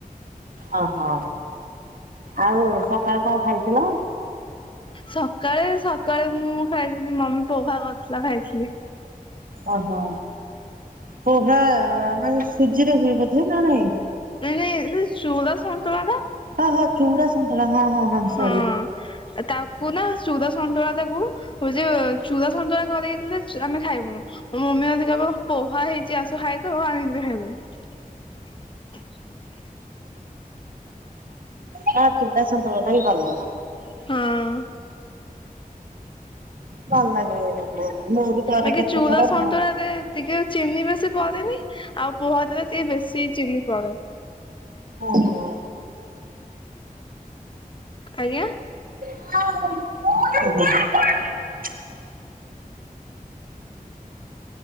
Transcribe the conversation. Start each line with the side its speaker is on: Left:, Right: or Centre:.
Right: ଓହୋ ଆଉ ସକାଳେ କଣ ଖାଇଥିଲ?
Left: ସକାଳେ ସକାଳେ ମୁଁ ଖାଇଥିଲି ମମି ପୋହା କରିଥିଲା ଖାଇଥିଲି।
Right: ଓହୋ ପୋହା ସୁଝିରେ ବୋଧେ ନା ନାଇଁ।
Left: ନାଇଁ ଚୁଡା ସନ୍ତୁଳା ଟା।
Right: ହ ହୋ ଚୁଡା ସନ୍ତଳା ହଁ ହଁ ହଁ
Left: ହଁ
Right: ସରି।
Left: ତାକୁ ନା ଚୁଡା ସନ୍ତୁଳା ତାକୁ ହୋଉଛି ଚୁଡା ସନ୍ତୁଳା। ଘରେ ହେଥିଲେଲେ ଆମେ ଖାଇବୁନୁ ମୋ ମମି ଯଦି କହିବ ପୋହା ହେଇଛି ଆସ ଖାଇ ତ ଆମେ ଏମିତିରେ ଖାଇଦୋବୁ। <unintelligible> <inaudible>
Right: ହଁ ଚୁଡା ସନ୍ତୁଳା ଟା ବି ଭଲ।
Left: ହଁ।
Right: ଭଲ ଲାଗେ ମୁଁ ବି କରେ
Left: ବାକି
Right: କେତେଥର
Left: ଚୁଡା ସନ୍ତୁଳା
Right: ଖାଏ।
Left: ରେ ଟିକେ ଚିନି ବେଶୀ। ବେସି ପଡନି ଆଉ <unintelligible> ପୁହା ତରେ ଟିକେ ବେଶୀ ଚିହ୍ନି ପଡ଼େ
Right: ଓ ହୋ।
Left: ଆଜ୍ଞା।
Right: <inaudible>